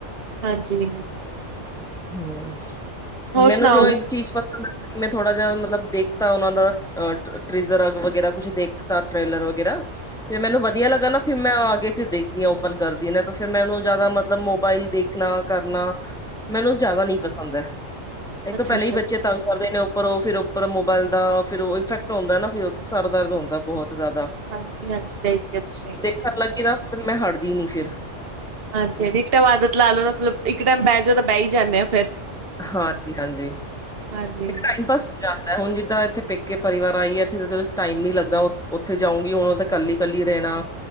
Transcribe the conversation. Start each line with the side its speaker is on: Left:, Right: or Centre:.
Right: ਹਾਂਜੀ
Centre: ਹੂੰ
Right: ਹੋਰ
Centre: ਮੈਨੂੰ
Right: ਸੁਣਾਓ
Centre: ਜੋ ਇੱਕ ਚੀਜ਼ ਪਤਾ ਲਗਾ ਮੈਂ ਥੋੜਾ ਜ ਮਤਲਬ ਦੇਖਤਾ ਉਹਨਾਂ ਦਾ ਟ੍ਰਜ਼ਰ ਵਗੈਰਾ ਕੁਛ ਦੇਖਤਾ ਟ੍ਰੇਲਰ ਵਗੈਰਾ ਫਿਰ ਮੈਨੂੰ ਵਧੀਆ ਲੱਗਾ ਨਾ ਫਿਰ ਮੈਂ ਆ ਫਿਰ ਦੇਖਦੀ ਹਾਂ ਓਪਨ ਕਰਦੀ ਹ ਨੇ ਤੇ ਫਿਰ ਮੈਂ ਉਹਨੂੰ ਜਿਆਦਾ ਮਤਲਬ ਮੋਬਾਈਲ ਦੇਖਣਾ ਕਰਨਾ ਮੈਨੂੰ ਜ਼ਿਆਦਾ ਨਹੀਂ ਪਸੰਦ ਹੈ ਇਕ
Right: ਅੱਛਾ-ਅੱਛਾ
Centre: ਤੇ ਪਹਿਲੇ ਹੀ ਬੱਚੇ ਤੰਗ ਕਰਦੇ ਨੇ ਉੱਪਰ ਉਹ ਫਿਰ ਉੱਪਰ ਮੋਬਾਇਲ ਦਾ ਫਿਰ ਉਹ ਇਫੈਕਟ ਹੁੰਦਾ ਨਾ ਫਿਰ ਸਰ ਦਰਦ ਹੁੰਦਾ ਬਹੁਤ ਜ਼ਿਆਦਾ
Right: ਹਾਂਜੀ ਹਾਂਜੀ ਸਹੀ ਕਿਹਾ ਤੁਸੀਂ
Centre: ਮਤਲਬ ਕਿ ਲੱਗੀ ਤਾਂ ਫਿਰ ਮੈਂ ਹਟ ਦੀ ਨਹੀਂ ਫ਼ਿਰ
Right: ਹਾਂਜੀ ਇੱਕ ਟਾਈਮ ਆਦਤ ਲਾ ਲਓ ਤਾਂ ਮਤਲਬ ਇੱਕ ਟਾਈਮ ਬਹਿਠ ਜਾ ਤਾਂ ਬਹਿ ਹੀ ਜਾਂਦੇ ਹਾਂ ਫਿਰ
Centre: ਹਾਂਜੀ ਹਾਂਜੀ
Right: ਹਾਂਜੀ
Centre: ਏਕ ਟਾਈਮ ਪਾਸ ਜਾਂਦਾ ਹੁਣ ਜਿੱਦਾਂ ਇੱਥੇ ਪੇਕੇ ਪਰਿਵਾਰ ਆਈ ਹੈ ਇੱਥੇ ਜ ਟਾਈਮ ਨੀ ਲੱਗਦਾ ਉੱਥੇ ਜਾਉਂਗੀ ਹੁਣ ਉਹ ਤਾਂ ਕੱਲੀ ਕੱਲੀ ਰਹਿਣਾ